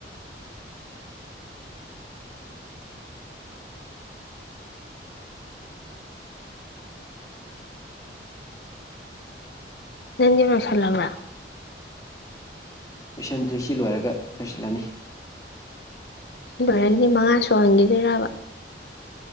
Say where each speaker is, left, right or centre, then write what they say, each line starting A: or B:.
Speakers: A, on the left; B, on the left.
A: ꯅꯪꯗꯤ ꯂꯣꯏꯁꯜꯂꯕ꯭ꯔ
B: ꯂꯣꯏꯁꯤꯟꯗ꯭ꯔꯤ ꯁꯤ ꯂꯣꯏꯔꯒ ꯂꯣꯏꯁꯜꯂꯅꯤ
A: ꯕ꯭ꯔꯦꯟꯗꯤ ꯃꯉꯥ ꯁꯨꯍꯟꯒꯤꯗꯣꯏꯔꯕ